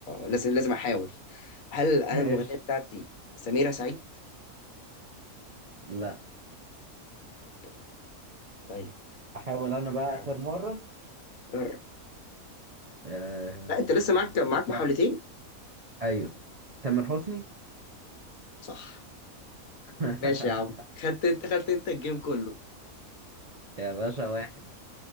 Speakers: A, on the left (about 65°); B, on the right (about 50°).
A: لازم لازم احاول هل انا
B: <laughs> ماشي
A: المغنية بتاعتي سميرة سعيد
B: لا
A: طيب طيب،
B: احاول انا بقى
A: يا
B: اخر
A: عم
B: مرة
A: جرب.
B: آه...
A: لا انت لسه معاك معاك محاولتين
B: ايوه تامر حسني
A: صح
B: <laughs>
A: ماشي يا عم خدت انت خدت انت الجيم كله
B: يا باشا واحد